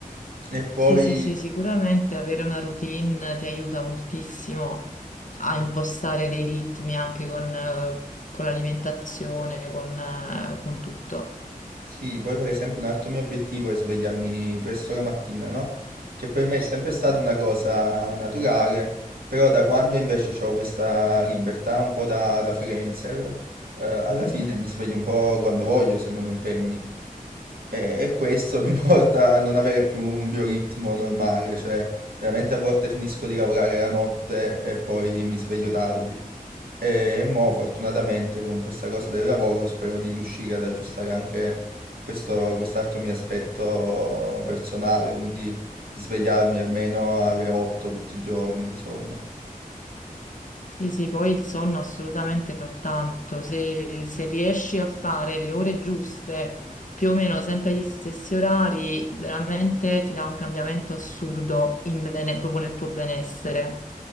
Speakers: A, on the right; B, on the left.
A: E
B: Sì,
A: poi...
B: sì, sì, sicuramente avere una routine ti aiuta moltissimo a
A: sì.
B: impostare dei ritmi anche con, eh, con l'alimentazione, con, eh, con tutto.
A: Sì, poi per esempio un altro mio obiettivo è svegliarmi presto la mattina, no? Che per me è sempre stata una cosa naturale, però da quando invece ho questa libertà un po' da, da freelancer, eh, alla fine
B: Mm.
A: mi sveglio un po' quando voglio, se non ho impegni. E, e questo <laughs> mi porta a non avere più un bioritmo normale, cioè veramente a volte finisco di lavorare la notte e poi mi sveglio tardi. E mo, fortunatamente, con questa cosa del lavoro spero di riuscire ad aggiustare anche questo, quest'altro mio aspetto personale, quindi di svegliarmi almeno alle 8 tutti i giorni, insomma.
B: Sì, sì, poi il sonno assolutamente fa tanto. Se, se riesci a fare le ore giuste, più o meno sempre agli stessi orari, veramente ti dà un cambiamento assurdo in bene- proprio nel tuo benessere.